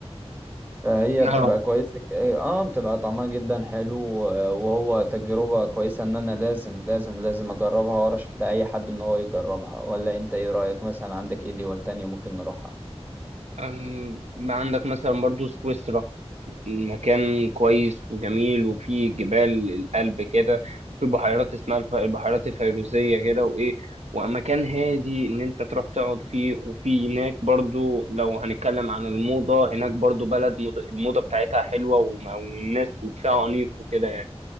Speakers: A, on the right; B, on the right.
A: فهي
B: اه
A: بتبقى كويسة ك- إيه، اه بتبقى طعمها جدا حلو آه، وهو تجربة كويسة ان انا لازم لازم لازم اجربها وارشح لاي حد ان هو يجربها ولا انت ايه رأيك مثلا عندك ايه دول تانية ممكن نروحها
B: أم، ما عندك مثلا برضو سويسرا مكان كويس وجميل وفيه جبال القلب كده في بحيرات اسمها الف- البحيرات الفيروزية كده وإيه ومكان هادي إن أنت تروح تقعد فيه وفي هناك برضو لو هنتكلم عن الموضة هناك برضو بلد مض- الموضة بتاعتها حلوة وم- والناس فيها أنيق وكده يعني.